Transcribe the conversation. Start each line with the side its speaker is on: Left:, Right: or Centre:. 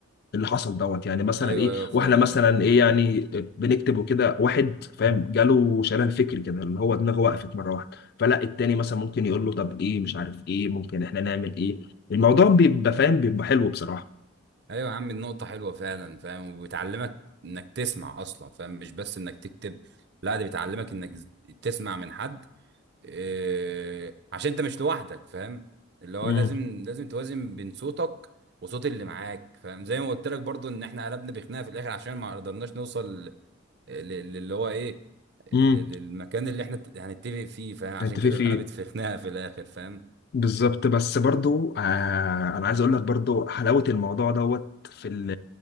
Left: اللي حصل دوت يعني مثلا
Right: ايوه
Left: ايه
Right: ايوه فاهم
Left: واحنا مثلا
Right: اه
Left: ايه يعني بنكتب وكده واحد فاهم جاله شلل فكري كده اللي هو دماغه وقفت مره واحده فلا التاني مثلا ممكن يقول له طب ايه مش عارف ايه ممكن احنا نعمل ايه الموضوع بيبقى فاهم بيبقى حلو بصراحه
Right: ايوه يا عم النقطه حلوه فعلا فاهم وبتعلمك انك تسمع اصلا فاهم مش بس انك تكتب لا دي بتعلمك انك تسمع من حد إيه، عشان انت مش لوحدك فاهم اللي هو
Left: امم
Right: لازم لازم توازن بين صوتك وصوت اللي معاك فاهم زي ما قلت لك برضو ان احنا قلبنا بخناقه في الاخر عشان ما قدرناش نوصل ل- ل- للي هو ايه ل-
Left: امم
Right: للمكان اللي احنا هنتفق فيه فاهم عشان
Left: انت في
Right: كده
Left: في
Right: اتقلبت في خناقه في الاخر فاهم
Left: بالظبط بس برضو آه انا عايز اقول لك برضو حلاوه الموضوع دوت في ال